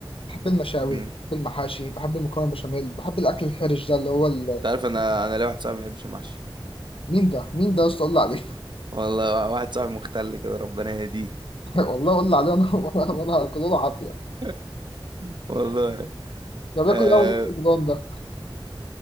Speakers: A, on the left (about 80°); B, on the right (about 55°).
A: بحب المشاوي
B: امم
A: بحب المحاشي بحب المكرونه بشاميل بحب الاكل الحرج ده اللي هو ال...
B: انت عارف انا انا ليا واحد صاحبي ما بيحبش المحشي
A: مين ده مين ده يا اسطى قول لي عليه
B: والله واحد صاحبي مختل كده ربنا يهديه
A: <laughs> والله قول لي عليه انا وانا وأنا هاكل له عافيه
B: <laughs> والله
A: ده بياكل
B: آه
A: قوي رمضان ده